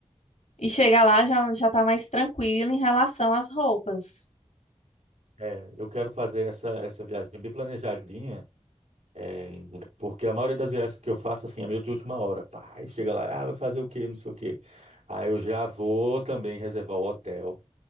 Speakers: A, on the left; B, on the right.
A: e chegar lá já, já tá mais tranquilo em relação às roupas.
B: É, eu quero fazer essa, essa viagem bem planejadinha, é, porque a maioria das viagens que eu faço, assim, é meio de última hora. Pá, aí chega lá, ah, vai fazer o quê, não sei o quê. Aí eu já vou também reservar o hotel.